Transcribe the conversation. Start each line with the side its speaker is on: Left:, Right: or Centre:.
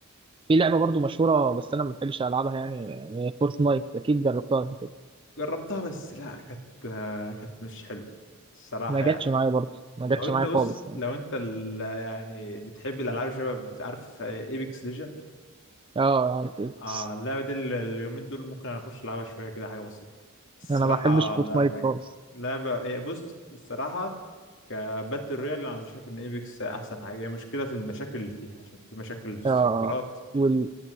Right: في لعبة برضو مشهورة بس أنا ما بحبش ألعبها يعني فورتنايت أكيد جربتها قبل كده
Left: جربتها بس لا كانت آه، كانت مش حلوة الصراحة
Right: ما جاتش
Left: يعني
Right: معايا برضو ما جاتش
Left: لو انت
Right: معايا
Left: بص
Right: خالص يعني
Left: لو انت ال- يعني بتحب الالعاب شباب عارف ايبكس ليجن
Right: اه اه إكس.
Left: اه اللعبة دي ال- اليومين دول ممكن اخش العبها شوية كده حاجة بسيطة الصراحة
Right: أنا ما بحبش فورتنايت
Left: لعبة
Right: خالص
Left: لعبة هي بص الصراحة كباتل رويال انا مش شايف ان ايبكس احسن حاجة هي مشكلة في المشاكل اللي فيها عشان في مشاكل في السيرفرات
Right: اه آه. وال